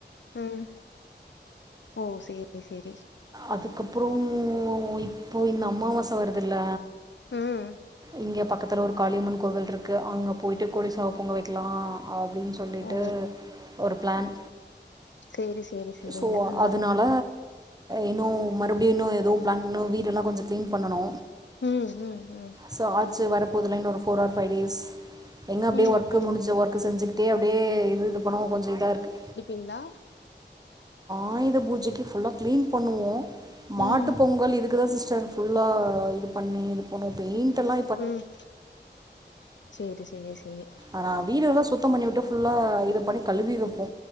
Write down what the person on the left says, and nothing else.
ம் ஓ சேரி சேரி
ம்
ஓ
சேரி சேரி சேரிங்க
ஆ
ம் ம் ம்
ம்
ம்
ங்கிங்ளா
ம்
ம் சேரி சேரி சேரி